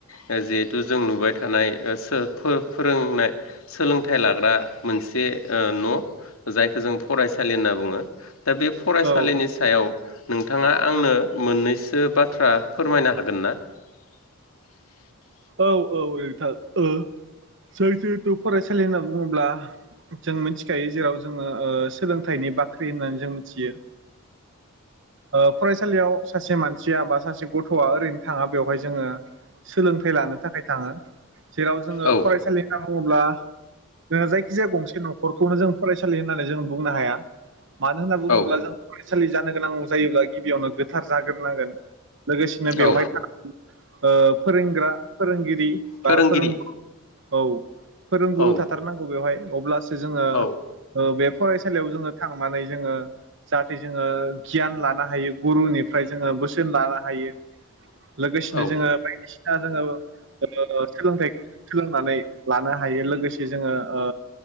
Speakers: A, on the left; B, on the right.
A: जिहेथु जों नुबाय थानाय <unintelligible> फोरोंनाय सोलोंथाइ लाग्रा मोनसे ओ न' जायखौ जों फरायसालि होनना बुङो दा बे फरायसालिनि
B: औ
A: सायाव नोंथाङा आंनो मोननैसो बाथ्रा फोरमायनो हागोन ना? <inaudible>
B: औ औ नोंथा ओ जों जिहेथु फरायसालि होनना बुङोब्ला जों मिथिखायो जेराव जोङो ओ सोलोंथाइनि बाख्रि होननानै जों मिथियो ओ फरायसालियाव सासे मानसिया बा सासे गथ'आ ओरैनो थाङा बेवहाय जोङो सोलोंथाइ लानो थाखाय थाङो जेराव जोङो
A: औ
B: फरायसालि बुङोब्ला जोङो जायखिजाया गंसे न'खरखौनो जों फरायसालि होननानै जों बुंनो हाया। मानो होनना बुङोब्ला
A: औ
B: जों फरायसालि जानो गोनां जायोब्ला गिबियावनो गोथार जाग्रोनांगोन लोगोसेनो बेवहाय
A: औ
B: <unintelligible> ओ फोरोंग्रा फोरोंगिरि
A: फोरोंगिरि
B: बा फोरों औ फोरोंगुरु
A: औ
B: थाथारनांगौ बेवहाय अब्लासो जोङो
A: औ
B: बे फरायसालियाव जोङो थांनानै जोङो जाहाथे जोङो गियान लानो हायो गुरुनिफ्राय जोङो बोसोन लानो हायो। लोगोसेनो
A: औ
B: जोङो बायदिसिना जोङो ओ सोलोंथाइखौ सोलोंनानै लानो हायो लोगोसे जोङो ओ